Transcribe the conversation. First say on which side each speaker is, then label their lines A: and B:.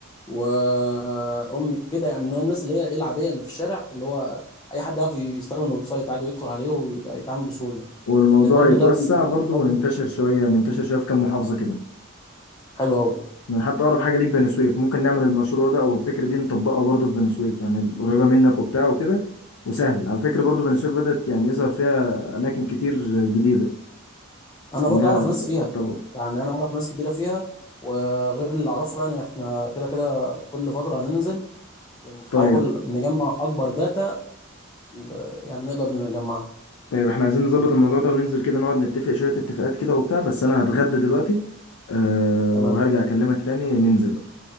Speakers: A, on the left; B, on the left.
A: وأمي كده يعني الناس اللي هي إيه العادية اللي في الشارع اللي هو أي حد يعرف يستخدم الويب سايت عادي ويدخل عليه ويبقى يتعامل بسهولة
B: والموضوع
A: لأن برضو
B: يتوسع
A: ده
B: برضو
A: برضو
B: وننتشر شوية ننتشر شوية في كام محافظة كده
A: حلو أوي
B: يعني حتى اقرب حاجه ليك بني سويف ممكن نعمل المشروع ده او الفكره دي نطبقها برضو في بني سويف يعني قريبه منك وبتاع وكده وسهل على فكره برضو بني سويف بدات يعني يظهر فيها اماكن كتير جديده
A: أنا برضو
B: انها
A: أعرف
B: بتتطور
A: ناس فيها يعني أنا أعرف ناس كتيرة فيها وغير اللي أعرفه يعني إحنا كده كده كل فترة هننزل ونحاول
B: طيب
A: نجمع أكبر داتا ب- يعني نقدر نجمعها
B: طيب احنا عايزين نظبط الموضوع ده وننزل كده نقعد نتفق شويه اتفاقات كده وبتاع بس انا هتغدى دلوقتي أه
A: تمام
B: وهرجع اكلمك تاني ننزل بقى